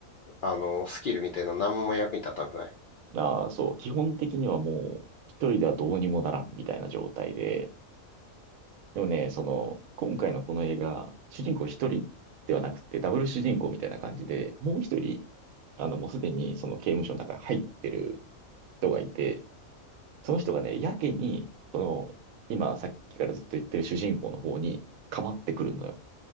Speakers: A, on the left; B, on the right.
A: あの、スキルみたいなの何も役に立たなくない
B: が、そう、基本的にはもう、一人ではどうにもならんみたいな状態で、でもね、その、今回のこの映画、主人公一人ではなくて、ダブル主人公みたいな感じで、もう一人、あの、もうすでにその刑務所の中に入ってる人がいて、その人がね、やけに、その、今、さっきからずっと言ってる主人公の方に、かまってくるのよ。